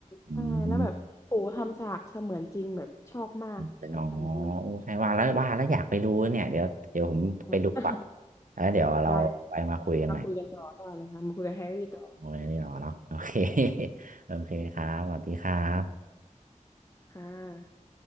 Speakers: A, on the right; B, on the left.
A: อืม
B: ใช่แล้วแบบโอ้ทำฉากเสมือนจริงแบบชอบมากชอบฉากนั้นมัน
A: แต่น้องอ๋อโอ้ใช่ว่าแล้วว่าแล้วอยากไปดูเนี่ยเดี๋ยวเดี๋ยวผมไปดูก่อน
B: <laughs>
A: แล้วเดี๋ยวเราไว้มาคุยกันใหม่
B: ได้เลยมาคุยกันต่อต่อเลยค่ะมาคุยกับแฮร์รี่ต่อ
A: โอ้ยนี่หรอเนาะ <laughs> โอเค <laughs> โอเคครับ สวัสดีครับ
B: ค่ะ